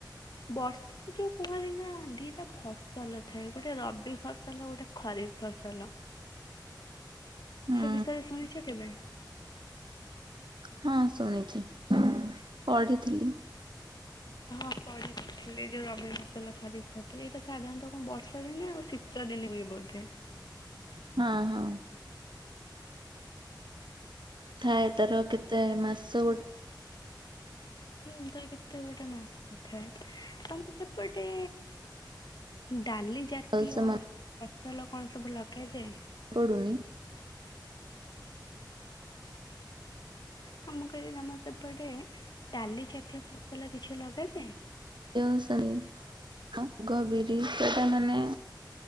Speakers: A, on the left; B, on the right.
A: ଯୋଉ କୁହନ୍ତିିନି ନା ଦିଟା ଫସଲ ଥାଏ ଗୋଟେ ରବି ଫସଲ ଗୋଟେ ଖରିଫ ଫସଲ।
B: ହୁଁ
A: ସେ ବିଷୟରେ ଶୁଣିଚ କେବେ?
B: ହଁ ଶୁଣିଚି ପଢିଥିଲି।
A: ହଁ ପଢ଼ି ଯୋଉ ରବି ଫସଲ ଖରିଫ ଫସଲ ଏଇଟା ସାଧାରଣତଃ କଣ ବର୍ଷା ଦିନେ ଆଉ ଶୀତ ଦିନେ ହୁଏ ବୋଧେ?
B: ହଁ ହଁ। ଥାଏ ତାର କେତେ ମାସ ଗୋଟେ
A: ହୁଁ ତା କେତେ ଗୋଟେ ମାସ ଥାଏ। ଆ ଏପଟେ ଡାଲି ଜା ତୀୟ
B: ଭଲସେ
A: ଫସଲ କଣ ସବୁ ଲଗାଯାଏ?
B: ପଡ଼ୁନି?
A: ହଁ ମୁଁ କହିଲି ତମର ସେପଟେ ଡାଲି ଜାତୀୟ ଫସଲ କିଛି ଲଗାଯାଏ?
B: <unintelligible> ଗ ବିରି ସେଟା ମାନେ